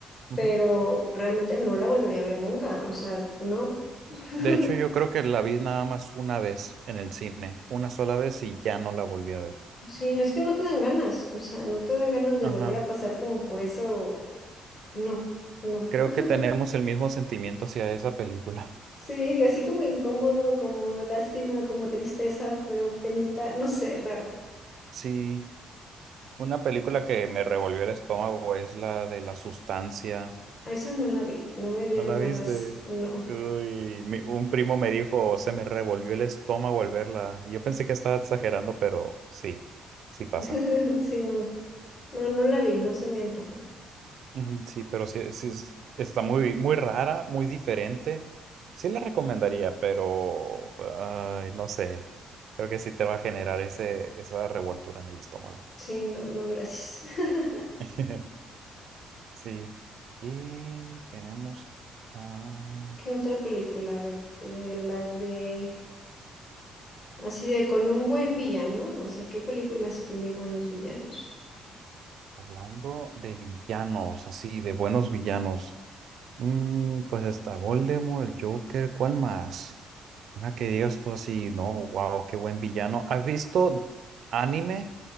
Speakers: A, on the right (about 65°); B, on the left (about 40°).
A: ujú.
B: pero realmente no la volvería a ver nunca, o sea, no. <laughs>
A: De hecho, yo creo que la vi nada más una vez en el cine, una sola vez y ya no la volví a ver.
B: Sí, no es que no te dan ganas, o sea, no te dan ganas de
A: Ajá.
B: volver a pasar como por eso, no, no.
A: Creo
B: <laughs>
A: que tenemos el mismo sentimiento hacia esa película.
B: Sí, así como incómodo, como lástima, como tristeza, pero penita, no sé, raro.
A: Sí. Una película que me revolvió el estómago es la de La Sustancia.
B: A esa no la vi, no me dieron
A: ¿No la
B: ganas,
A: viste?
B: no.
A: Uy, mi- un primo me dijo, se me revolvió el estómago al verla. Yo pensé que estaba exagerando, pero sí, sí pasa.
B: <laughs> Sí, no, no, no la vi, no se me antojó.
A: Ujú, Sí, pero sí, sí es- está muy, muy rara, muy diferente. Sí la recomendaría, pero ay, no sé. Creo que sí te va a generar ese, esa revoltura en el estómago.
B: Sí, no, no, gracias. <laughs>
A: <laughs> Sí. Y tenemos. ah,
B: ¿Qué otra película? A ver, de las de Así de con un buen villano. O sea, ¿qué película sí tiene buenos villanos?
A: Hablando de villanos, así, de buenos villanos. Mm, pues está Voldemort, el Joker, ¿cuál más? Una que digas tú así, no, wow, qué buen villano. ¿Has visto anime?